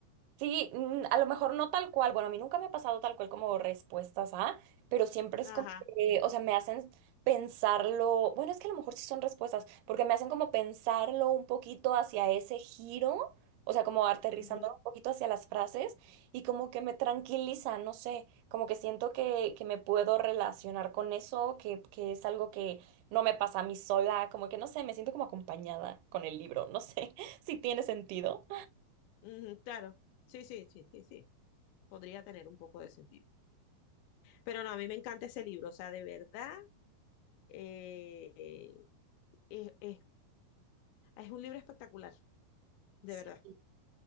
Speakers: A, on the right; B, on the left.
A: Sí, mm, a lo mejor no tal cual. Bueno, a mí nunca me ha pasado tal cual como respuestas a, pero siempre es
B: Ajá,
A: como que, o sea, me hacen pensarlo. Bueno, es que a lo mejor sí son respuestas, porque me hacen como pensarlo un poquito hacia ese giro, o sea, como aterrizándolo
B: ujú,
A: un poquito hacia las frases y como que me tranquiliza, no sé, como que siento que, que me puedo relacionar con eso, que, que es algo que no me pasa a mí sola, como que no sé, me siento como acompañada con el libro, no sé <laughs> si tiene sentido.
B: ujú, claro. Sí, sí, sí, sí, sí. Podría tener un poco de sentido. Pero no, a mí me encanta ese libro, o sea, de verdad, eh, es, es- es un libro espectacular, de
A: Sí.
B: verdad.